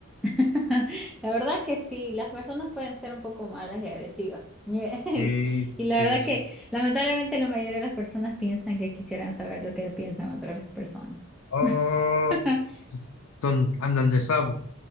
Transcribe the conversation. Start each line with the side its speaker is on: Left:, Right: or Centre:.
Centre: <laughs> La verdad que sí, las personas pueden ser un poco malas y agresivas. <laughs>
Left: Sí,
Centre: Y
Left: sí,
Centre: la verdad
Left: sí.
Centre: que lamentablemente la mayoría de las personas piensan que quisieran saber lo que piensan otras personas.
Left: Oh,
Centre: <laughs>
Left: son, andan de sapo.